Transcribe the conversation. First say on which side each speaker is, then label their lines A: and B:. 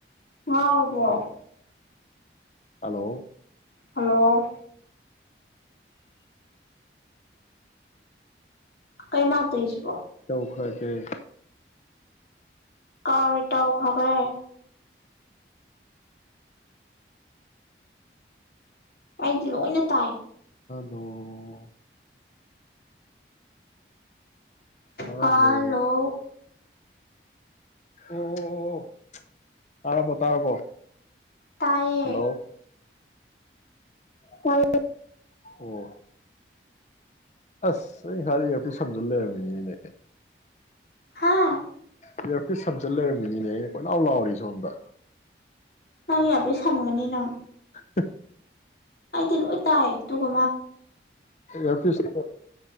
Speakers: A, on the left; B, on the left.
A: ꯍꯥꯎꯔꯕꯣ
B: ꯍꯜꯂꯣ
A: ꯍꯜꯂꯣ ꯀꯩꯃꯥ ꯇꯧꯏꯁꯤꯕꯣ
B: ꯑꯥ ꯗꯩ
A: ꯑꯔꯣꯢ ꯇꯥꯎ ꯐꯒ꯭ꯔꯦ ꯑꯩꯗꯤ ꯂꯧꯏꯅ ꯇꯥꯏ
B: ꯇꯣ ꯍꯜꯂꯣ
A: ꯍꯂꯣ
B: ꯑꯣ ꯑꯣ ꯑꯣ ꯑꯣ ꯇꯥꯔꯕꯣ ꯇꯥꯔꯕꯣ
A: ꯇꯥꯏꯌꯦ
B: ꯍꯜꯂꯣ ꯇꯥꯏꯌꯦ ꯑꯣ ꯑꯁ ꯑꯩ ꯉꯁꯥꯏꯗꯩ ꯑꯦꯔꯄꯤꯁ ꯁꯝꯖꯜ ꯂꯩꯔꯝꯃꯤꯅꯤꯅꯦ
A: ꯍꯥꯥ
B: ꯏꯌꯥꯔꯄꯤꯁ ꯁꯝꯖꯤꯜ ꯂꯩꯔꯝꯃꯤꯅꯤꯅꯦ ꯑꯩꯅ ꯀꯣꯏꯂꯥꯎ ꯂꯥꯎꯔꯤ ꯁꯣꯝꯗ
A: ꯅꯪ ꯏꯌꯥꯔꯄꯤꯁ ꯁꯝꯒꯅꯤ ꯅꯪ
B: ꯍ
A: ꯑꯩꯗꯤ ꯂꯣꯏ ꯇꯥꯏꯌꯦ ꯇꯨ <unintelligible>
B: ꯏꯌꯥꯔꯄꯤꯁ